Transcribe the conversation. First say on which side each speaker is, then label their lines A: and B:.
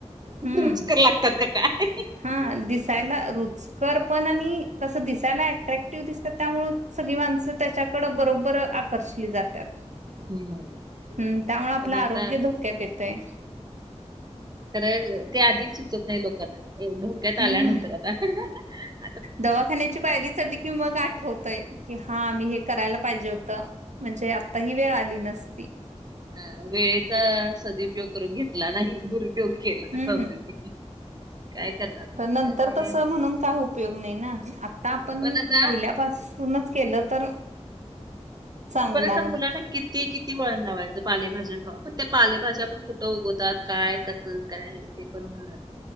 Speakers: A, on the right; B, on the right.
A: हम्म
B: रुचकर लागतात का काय
A: हा दिसायला रुच रुचकुर पण आणि कस दिसायला अट्रॅक्टिव दिसतात त्यामुळे सगळी माणसं त्याच्याकड बरोबर <inaudible> जातात
B: हम्म.
A: हम् त्यामुळे आपलं
B: पण
A: आरोग्य
B: आता
A: धोक्यात येतय
B: खर ते आधीच सुचत नाही लोकांना धोक्यात
A: हम्म
B: आल्यानंतर आता हहह
A: दवाखान्याची पायरी चढली की मग आठवतय की हा आम्ही हे करायला पाहिजे होतं म्हणजे आता ही वेळ आली नसती
B: अ वेळेचा सदउपयोग करून घेतला नाही भुर उपयोग केला
A: हम्म
B: अस होतय ते काय करणार
A: तर नंतर
B: काय
A: तसं म्हणून काय होत उपयोग नाही ना आता आपण
B: पण आता
A: पहिल्यापासूनच केलं तर चांगलं
B: पण आता
A: आहे
B: मुलांना किती किती वळण लावायचं पालेभाज्या खावा पण त्या पालेभाज्या पण कुठं उगवतात काय कसं काय ते पण